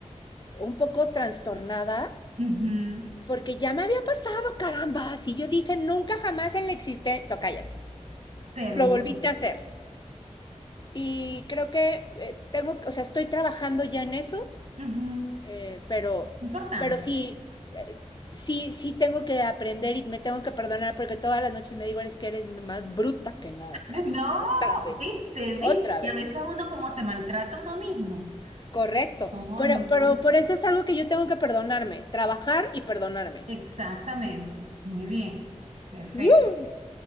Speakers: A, on the left; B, on the right.
A: un poco trastornada
B: Ujú,
A: porque ya me había pasado, caramba. Si yo dije nunca jamás en la existencia, cállate,
B: Pero
A: lo
B: bueno,
A: volviste a hacer. Y creo que eh, tengo, o sea, estoy trabajando ya en eso.
B: ujú,
A: Eh, pero,
B: Importante.
A: pero sí,
B: <laughs>
A: eh, sí, sí tengo que aprender y me tengo que perdonar porque todas las noches me digo, eres que eres más bruta que nada,
B: No,
A: carajo. Otra vez,
B: viste, viste.
A: otra
B: Y
A: vez.
B: a veces uno como se maltrata a uno mismo.
A: Correcto.
B: Oh,
A: Pero,
B: no.
A: pero por eso es algo que yo tengo que perdonarme, trabajar y perdonarme.
B: Exactamente. Muy bien. Perfecto.
A: Uh,